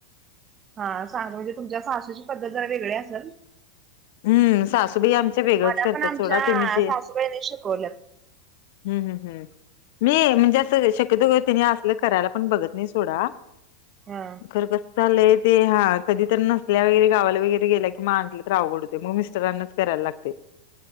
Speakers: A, on the right; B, on the left.
A: हा सांगत म्हणजे तुमच्या सासूची पद्धत जरा वेगळे असेल.
B: हम्म सासूबाई आमच वेगळंच
A: मला
B: करते
A: पण आमच्या
B: सोडा तुम्ही जे
A: सासूबाईने शिकवल्यात.
B: हम् हम् हम्! मी म्हणजे असं शक्यतो ति असलं करायला पण बघत नाही सोडा.
A: हा!
B: तर कसं झालंय ते हा कधी तर नसल्या वगैरे गावाला वगैरे गेल्या कि म आणलं तर अवघड ते मग मिस्टरांनाच करायला लागते.